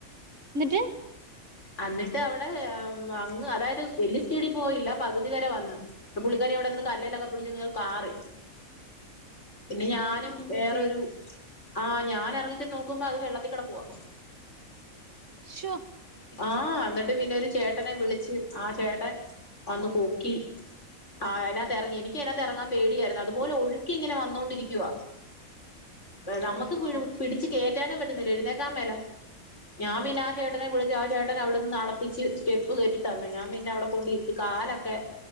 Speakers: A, on the right (about 60°); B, on the left (about 55°).
A: ന്നിട്ട്
B: അന്നിട്ട് അവിടെ അങ്ങ് അതായത് വല്യ സ്പീഡി പോയില്ല പകുതി വരെ വന്ന് പൊ പുള്ളിക്കാരി അവിടെ നിന്ന് കല്ലേലൊക്കെ പിടിചിങ് കാറി പിന്നെ ഞാനും
A: എന്റെ
B: വേറൊരു
A: ദൈവം
B: ആഹ് ഞാനെറങ്ങിചെന്നോക്കുമ്പോ അത് വെള്ളത്തിക്കെടക്കുവാ
A: ശോ
B: ആഹ് ന്നിട്ട് പിന്നെ ഒരു ചേട്ടനെ വിളിച്ച് ആ ചേട്ടൻ വന്ന് പൊക്കി ആഹ് അയിനാത്തെറങ്ങി എനിക്കയിനാ തെറങ്ങാ പേടിയായ്രുന്നു അതുപോലെ ഒഴുക്കിങ്ങനെ വന്നോണ്ടിരിക്കുവാ നമുക്ക്
A: അയ്യോ
B: പൂ പിടിച്ച് കേ റ്റാനും പറ്റുന്നില്ല എഴുന്നേക്കാൻ മേല ഞാം പിന്നാ ചേട്ടനെ വിളിച്ച് ആ ചേട്ടനവിടുന്ന് നടപ്പിച്ച് സ്റ്റെപ്പ് കേറ്റിത്തന്ന് ഞാം പിന്നവിടകൊണ്ടിരുത്തി കാലൊക്കെ